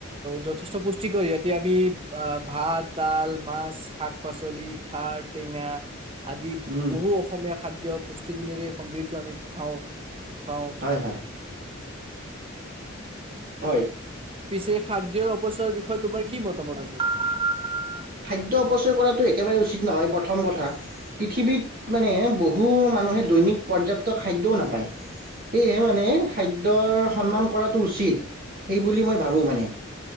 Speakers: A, on the right (about 25°); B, on the right (about 45°).
A: যথেষ্ট পুষ্টিকৰ ইয়াতে আমি অঁ ভাত, ডাল, মাছ, শাক পাচলি, খাৰ টেঙা। আদি
B: উম
A: বহু অসমীয়া খাদ্য পুষ্টিগুণেৰে সমৃদ্ধ আমি খাওঁ। পাওঁ
B: হয় হয়। হয়।
A: পিছে খাদ্যৰ অপচয়ৰ বিষয়ে তোমাৰ কি মতামত আছে।
B: খাদ্য অপচয় কৰাটো একেবাৰে উচিত নহয় প্ৰথম কথা পৃথিৱীত মানে বহু মানুহে দৈনিক পৰ্যাপ্ত খাদ্যও নাপায় সেয়েহে মানে খাদ্যৰ সন্মান কৰাটো উচিত। সেই বুলি মই ভাবো মানে।